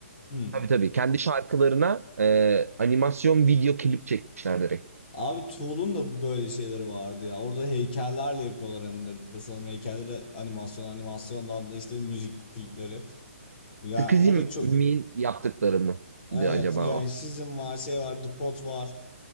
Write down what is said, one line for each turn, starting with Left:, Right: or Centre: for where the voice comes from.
Left: Hı.
Right: Tabii tabii. Kendi şarkılarına e, animasyon video klip çekmişler direkt.
Left: Abi Tool'un da böyle şeyleri vardı ya. Orada heykellerle yapıyorlar hem de bir de sanırım heykelleri animasyon animasyondan da işte müzik klipleri. Yani
Right: Skizim'in
Left: o da çok
Right: yaptıkları mıydı
Left: evet
Right: acaba
Left: yani
Right: o?
Left: Shizm var şey var The Pot var.